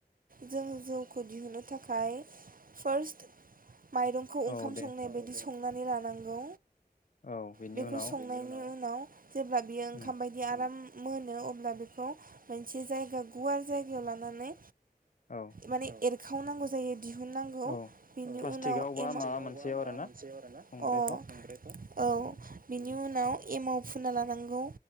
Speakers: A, on the right; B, on the left.
A: जोंङो जौखौ दिहुनो थाखाय फार्स्ट माइरं खौ
B: औ
A: ओंखाम
B: औ
A: संनाय
B: दे
A: बायदि सं हुंनानै लानांगौ।
B: औ बेनि
A: बेखौ
B: उनाव
A: संनायनि उनाव जेब्ला बियो ओंखाम
B: उम
A: बायदि आराम मोनो अब्ला बेखौ मोनसे जायगा गुवार जायगा याव लानानै
B: औ
A: माने एर खाव नांगौ जायो। दिहुन नांगौ
B: औ
A: बिनि
B: प्लास्टिकआव
A: उनाव एमाव
B: बा
A: प्लास्टिक
B: माबा
A: आव
B: मोनसेयाव
A: बा माबा
B: आरोना
A: मोनसे आव आरो ना
B: संग्रायफ्राव
A: <unintelligible> अ औ
B: उम
A: बेनि बिनि उनाव एमाव फुना लानांगौ।